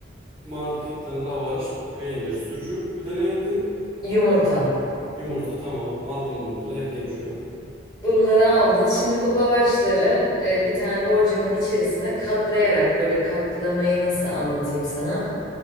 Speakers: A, on the right; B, on the left.
A: Marketten lavaş, peynir, sucuk. Bir de neydi?
B: Yumurta.
A: Yumurta tamam. Aldım bunları. Evdeyim şu an.
B: Bunları aldın. Şimdi bu lavaşları e, bir tane borcamın içerisine katlayarak böyle katlamayı nasıl anlatayım sana?